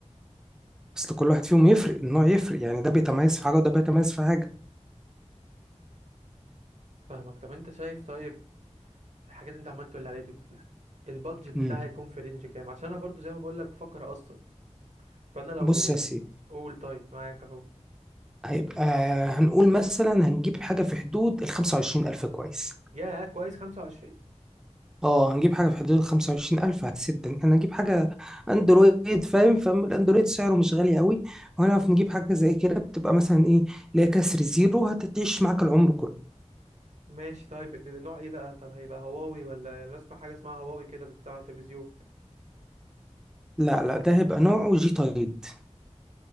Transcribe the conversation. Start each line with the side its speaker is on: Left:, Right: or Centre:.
Centre: اصل كل واحد فيهم يفرق النوع يفرق يعني ده بيتميز في حاجه وده بيتميز في حاجه
Right: فاهمك طب انت شايف طيب الحاجات اللي انت عملت اللي عليها دي كلها البادجت بتاعي
Centre: امم
Right: هيكون في رينج كام عشان انا برضو زي ما بقول لك بفكر اقسط فانا لو
Centre: بص يا سيدي
Right: قول طيب معاك اهو
Centre: هيبقى هنقول مثلا هنجيب حاجه في حدود ال 25000 كويس
Right: يا كويس 25
Centre: اه هنجيب حاجة في حدود الخمسة وعشرين ألف هتسد إن احنا نجيب حاجة أندرويد فاهم فالأندرويد سعره مش غالي قوي وهنعرف نجيب حاجة زي كده بتبقى مثلا إيه اللي هي كسر زيرو هتعيش معاك العمر كله
Right: ماشي طيب نوع ايه بقى طب هيبقى هواوي ولا يعني أنا اسمع حاجه اسمها هواوي كده بتطلع على التلفزيون
Centre: لا لا ده هيبقى نوعه جي تايد